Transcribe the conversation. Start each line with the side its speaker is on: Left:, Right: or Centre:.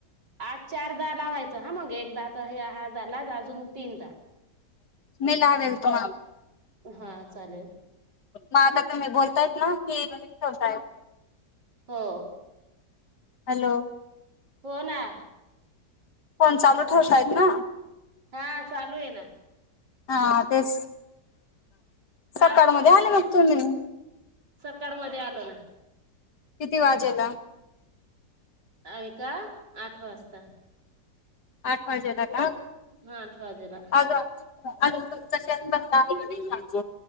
Right: आज चारदा लावायचं हा मग एकदा त हहादालाच अजून तीनदा
Left: मी लावेल त
Right: हा चालेल
Left: माझ तर मी बोलताय ना हेवसाय
Right: हो
Left: हॅलो
Right: हो ना
Left: फोन चालू ठेव तायत ना
Right: हा चालू आहे ना
Left: हा तेच सकाळमध्ये
Right: लावायचं माझं
Left: आले
Right: काचच
Left: मग तुम्ही
Right: सकाळ मध्ये आलो ना
Left: किती वाजेला
Right: आम् का आठ वाजता
Left: मजेला का
Right: हा आठ वाजेला
Left: अग ांज